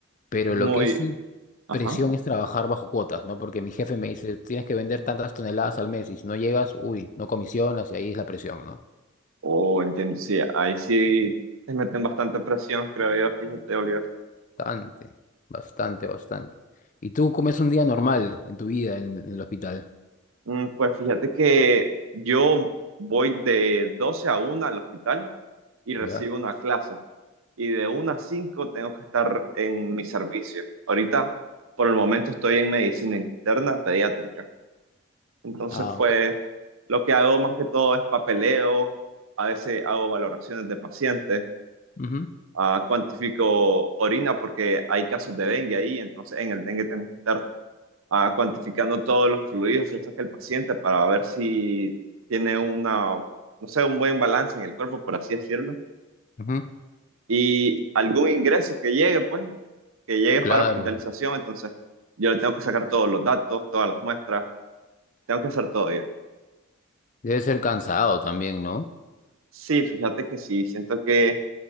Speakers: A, on the left; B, on the right.
A: pero
B: Es
A: lo
B: muy,
A: que sí
B: ajá,
A: presión es trabajar bajo cuotas, ¿no? Porque mi jefe me dice, tienes que vender tantas toneladas al mes y si no llegas, uy, no comisionas y ahí es la presión, ¿no?
B: o entiendo, sí, ahí sí te meten bastante presión, creo yo, fíjate, Oliver.
A: Bastante, bastante, bastante. ¿Y tú cómo es un día normal en tu vida en, en el hospital?
B: Mm, Pues fíjate que yo voy de 12 a una al hospital y recibo
A: ¿Ya?
B: una clase. Y de una a 5 tengo que estar en mi servicio. Ahorita, por el momento, estoy en medicina interna pediátrica. Entonces,
A: Ah,
B: pues,
A: ok.
B: lo que hago más que todo es papeleo. A veces hago valoraciones de pacientes.
A: Ujú.
B: ah, cuantifico orina porque hay casos de dengue ahí. Entonces, en el dengue tenemos que estar ah, cuantificando todos los fluidos que saca el paciente para ver si tiene una, no sé, un buen balance en el cuerpo, por así decirlo,
A: Ujú,
B: y algún ingreso que llegue, pues, que llegue
A: Claro,
B: para hospitalización, entonces yo le tengo que sacar todos los datos, todas las muestras, tengo que hacer todo yo.
A: debe ser cansado también, ¿no?
B: Sí, fíjate que sí, siento que